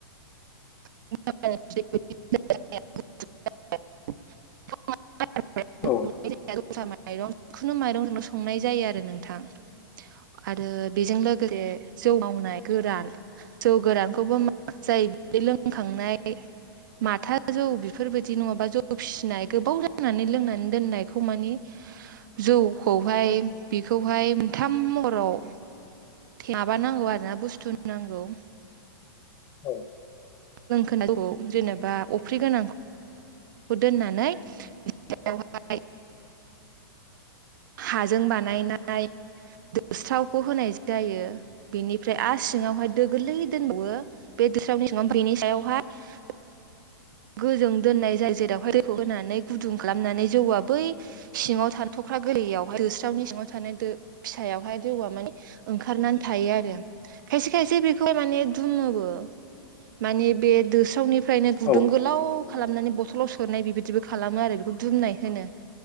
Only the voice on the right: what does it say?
<unintelligible>
दस्रा माइरं जिखुनु माइरंजों संनाय जायो आरो नोंथां आरो बेजों लोगोसे जौ मावनाय गोरान जौ गोरानखौबो मा जायो खांनाय माथा जौ बेफोरबायदि नङाबा जौ फिसिनाय गोबाव नानै लोंनानै दोननायखौ मानि जौखौहाय बेखौहाय मोनथाम महराव माबा नांगौ आरोना बुस्थु नांगौ
जों खोनौ जेनेबा अफ्रि गोनांखौ खौ दोननानै बेयावहाय
हाजों बानायनाय दोस्रावखौ होनाय जायो बेनिफ्राय आरो सिङावहाय दो गोरलै दोनबावो बे दोस्रावनि सिङाव बेनि सायावहाय गोजों दोननाय जायो जेरावहाय दैखौ होनानै गुदुं खालामनानै जौआ बै सिङाव थानो थख्रा गोरलैयावहाय दोस्रावनि सिङाव थानाय फिसायावहाय जौआ माने ओंखारनानै थायो आरो खायसे खायसे बेखौहाय माने दुमोबो मानि बे दोस्रावनिफ्रायनो गुदुं
ग गोलाव खालामनानै बथलाव सोनाय बेबायदिबो खालामो आरो बेखौ दुमनाय होनो